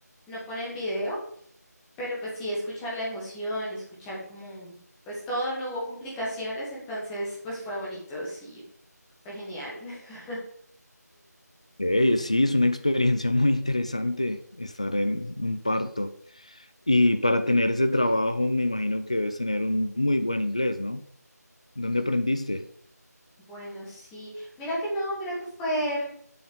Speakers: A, in the centre; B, on the left.
A: no ponen video pero pues sí, escuchar la emoción y escuchar como, pues todo, no hubo complicaciones, entonces pues fue bonito, sí, fue genial. <laughs>
B: Ey, sí, es una experiencia <laughs> muy interesante estar en un parto. Y para tener ese trabajo, me imagino que debes tener un muy buen inglés, ¿no? ¿Dónde aprendiste?
A: Bueno, sí, mira que no, mira que fue,